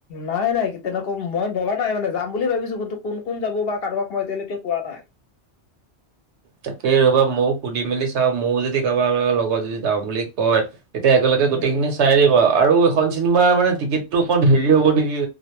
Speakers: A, on the left; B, on the right.
A: নাই -নাই তেনেকুৱা মই ববা নাই মানে যাম বুলি ভাবিছোঁ কিন্তু কোন -কোন যাব বা কাৰোবাক মই এতিয়ালৈকে কোৱা নাই।
B: তাকেই ৰবা মওঁ সুধি মেলি চাওঁ মওঁ যদি কাৰোবা- কাৰোবা লগত যদি যাওঁ বুলি কয় তেতিয়া একেলগে
A: উম
B: গোটেইখিনিচ চাই দিবা আৰু এইখন চিনেমাৰ মানে টিকেটটো অকণ হেৰি হ'ব নেকি